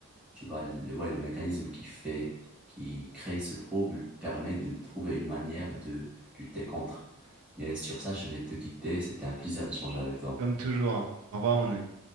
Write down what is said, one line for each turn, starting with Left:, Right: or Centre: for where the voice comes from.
Centre: Tu vois, le, ouais, le mécanisme qui fait, qui crée ce trouble permet de trouver une manière de lutter contre. Mais sur ça, je vais te quitter. C'était un plaisir d'échanger avec toi.
Right: comme toujours. hein. Au revoir, mon ami.